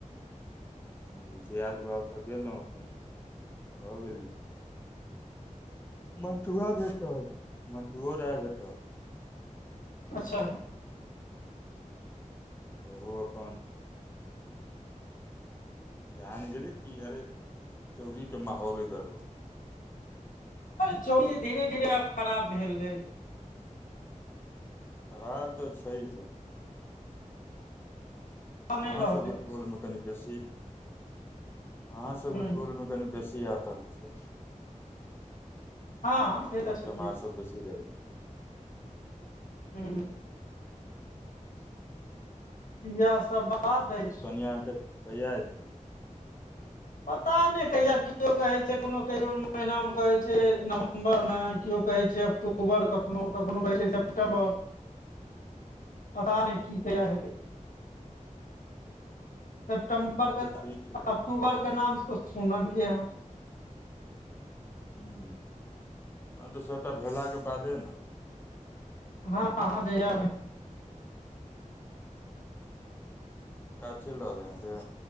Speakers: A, on the left (about 15°); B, on the left (about 90°).
A: हुँ दिआद बौआ ओतऽ गेलहुँ भऽ गेलै मन्टुआ भेटल मन्टुओ रहै भेटल
B: अच्छा
A: ओहो अपन किजान गेले कि अरे चौड़ी के माहौल अय गड़बड़
B: अरे चौरी धीरे धीरे आब खराब भेल जाय छै
A: खराब त छैहे
B: आब नहि
A: अहाँ
B: रहलै
A: सबके टोल मे कनि बेसी अहाँ सबके
B: हूँ
A: टोल मे कनि बेसी आतंक छै
B: हँ से तऽ
A: चोर
B: छैहे
A: चमार सब बेसी रहै
B: हुँ
A: हं <inaudible>
B: इएह सब बात अछि
A: कनिया अहाँ कहिया एत्ती
B: पता नहि कहिया केओ कहैत छै कोनो कहियओ महिनामे कहैत छै नवम्बरमे केओ कहैत छै अक्टूबर कखनो कखनो कहैत छै सेप्टेंबर
A: हं <inaudible>
B: पता नहि की कहिया हेतै सेप्टेंबर
A: हँ तऽ
B: क त
A: ठीक छै तहन
B: अक्टूबर के नाम तऽ सुनलियै ह
A: हू हू आब तऽ सभटा भेलाके बादे न
B: हँ हँ जहिया
A: काज चलि रहलै आहा के